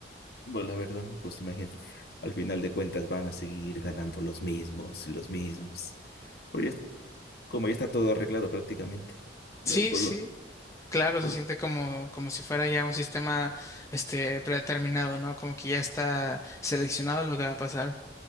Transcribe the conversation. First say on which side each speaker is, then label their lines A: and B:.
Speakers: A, on the left; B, on the left.
A: Bueno, la verdad, ¿no? Pues imagínate, al final de cuentas van a seguir ganando los mismos, los mismos. Pero ya- como ya está todo arreglado prácticamente. Mira,
B: Sí,
A: Por
B: sí.
A: lo,
B: Claro,
A: Por,
B: se siente como, como si fuera ya un sistema este predeterminado, ¿no? Como que ya está seleccionado lo que va a pasar.